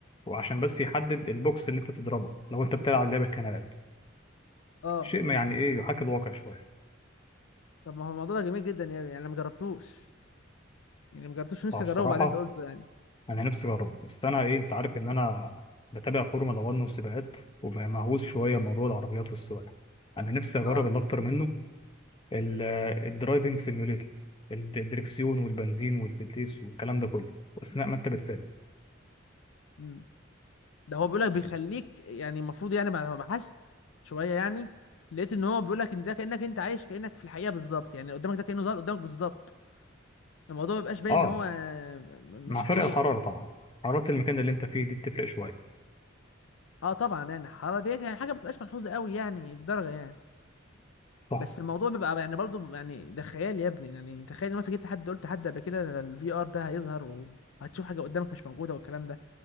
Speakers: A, on the left; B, on the left.
A: وعشان بس يحدد البوكس اللي أنت تضربه لو أنت بتلعب لعبة خناقات
B: اه
A: شيء ما يعني إيه يحاكي الواقع شوية
B: طب ما هو الموضوع ده جميل جدا يعني انا ما جربتوش يعني ما جربتوش نفسي
A: فبصراحة
B: اجربه بعدين انت قلته يعني
A: انا نفسي اجربه بس انا ايه انت عارف ان انا بتابع فورمولا 1 والسباقات ومهووس شويه بموضوع العربيات والسواقه انا نفسي اجرب
B: اه
A: اللي اكتر منه ال- الدرايفنج سيميوليتور الدركسيون والبنزين والفتيس والكلام ده كله واثناء ما انت بتسابق
B: امم ده هو بيقول لك بيخليك يعني المفروض يعني بعد ما بحثت شويه يعني لقيت ان هو بيقول لك ان ده كانك انت عايش كانك في الحقيقه بالظبط يعني قدامك ده كانه ظهر قدامك بالظبط الموضوع ما بيبقاش باين
A: اه
B: ان هو آه، م-
A: مع
B: مش
A: فرق
B: حقيقي
A: الحراره
B: خالص
A: طبعا حراره المكان اللي انت فيه دي بتفرق شويه
B: اه طبعا يعني الحراره ديت يعني حاجه ما بتبقاش ملحوظه قوي يعني الدرجه يعني
A: صح
B: بس الموضوع بيبقى يعني برضو يعني ده خيال يا ابني يعني تخيل إن مثلا جيت لحد قلت لحد قبل كده الفي ار ده هيظهر وهتشوف حاجه قدامك مش موجوده والكلام ده